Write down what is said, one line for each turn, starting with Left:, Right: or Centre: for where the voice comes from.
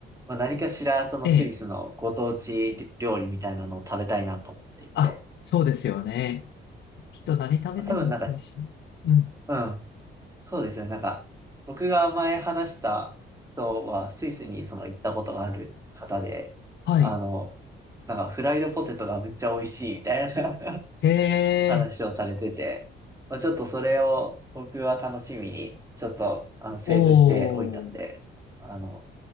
Right: まあ、何かしらそのスイスのご当地料理みたいなのを食べたいなと思っていて。
Left: ええ。あ、そうですよね。きっと何食べても美味しい。
Right: 多分なんか、
Left: うん。
Right: うん、そうですね。なんか、僕が前話した人は、スイスにその行ったことがある方で、
Left: はい。
Right: あの、なんかフライドポテトがめっちゃ美味しいみたいな
Left: へえ、
Right: <laughs> 話をされてて、まあ、ちょっとそれを僕は楽しみに、ちょっと、あの、セーブしておいたんで、
Left: おー、
Right: あの、